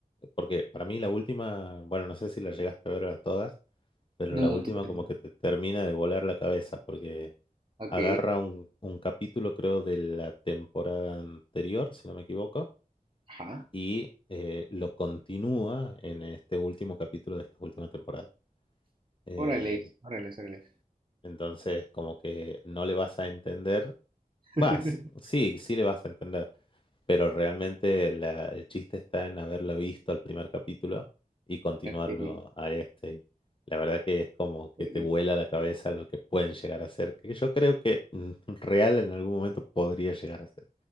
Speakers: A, on the left; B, on the right.
A: Porque para mí la última, bueno, no sé si la llegaste a ver a todas, pero
B: No,
A: la
B: no,
A: última
B: todavía
A: como
B: no.
A: que te termina de volar la cabeza, porque
B: Ok,
A: agarra un, un capítulo, creo, de la temporada anterior, si no me equivoco,
B: ajá.
A: y eh, lo continúa en este último capítulo de esta última temporada. Eh,
B: Órale, órale, órale.
A: entonces, como que no le vas a entender,
B: <laughs>
A: vas, sí, sí le vas a entender, pero realmente la- el chiste está en haberlo visto al primer capítulo y continuarlo
B: Ok,
A: a este. Y la verdad que es como que
B: ok.
A: te vuela la cabeza lo que pueden llegar a ser, que yo creo que mm, real en algún momento podría llegar a ser,